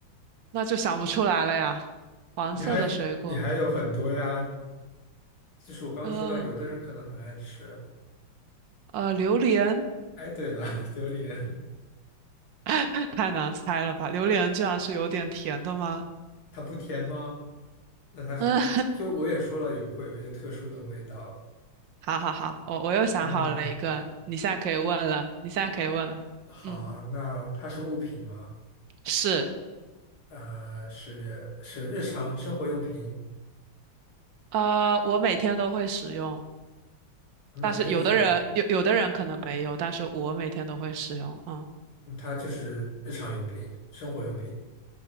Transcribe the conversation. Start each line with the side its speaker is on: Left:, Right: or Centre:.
Right: 那就想不出来了呀。黄色的水果，
Left: 你还你还有很多呀。就是我刚刚说了，
Right: 呃
Left: 有的人可能很爱吃。
Right: 呃，榴莲，
Left: 哎，对了，<laughs> 榴莲
Right: <laughs> 太难猜了吧？榴莲居然是有点甜的吗？
Left: 它不甜吗？那它是就就我也说了有会有一些特殊的味道。
Right: 嗯，<laughs> 好好好，我我又想好了一个，
Left: 嗯，
Right: 你现在可以问了，你现在可以问了。
Left: 好啊，
Right: 嗯，
Left: 那它是物品吗？
Right: 是，
Left: 呃，是是日常生活用品，
Right: 呃，我每天都会使用，
Left: 那它就是
Right: 但是有的人有有的人可能没有，但是我每天都会使用。嗯
Left: 嗯它就是日常用品、生活用品，